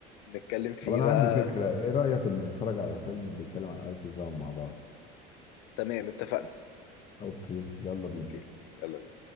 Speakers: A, on the left; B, on the left.
A: نتكلم فيه
B: طب انا
A: بقى
B: عندي فكرة ايه رأيك ان نتفرج على فيلم بيتكلم عن آلة الزمن مع بعض
A: تمام اتفقنا
B: اوكي يلا بينا
A: اوكي يلا بينا